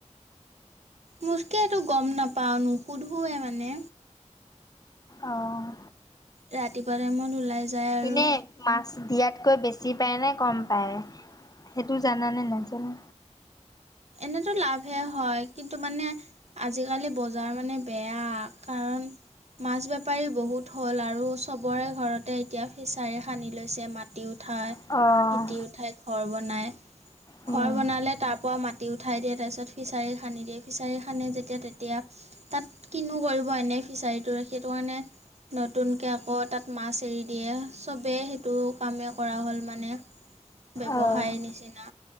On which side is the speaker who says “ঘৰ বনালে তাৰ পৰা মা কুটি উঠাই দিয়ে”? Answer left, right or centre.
Right